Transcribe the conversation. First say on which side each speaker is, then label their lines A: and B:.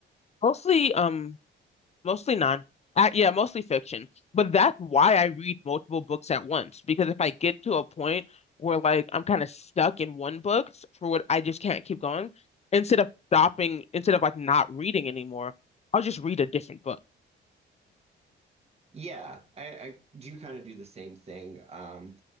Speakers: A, on the left (about 35°); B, on the right (about 30°).
A: Mostly um Mostly non. Uh, yeah, mostly fiction. But that's why I read multiple books at once because if I get to a point where like I'm kind of stuck in one book s- for what I just can't keep going, instead of stopping, instead of like not reading anymore, I'll just read a different book.
B: Yeah, I, I do kind of do the same thing. Um,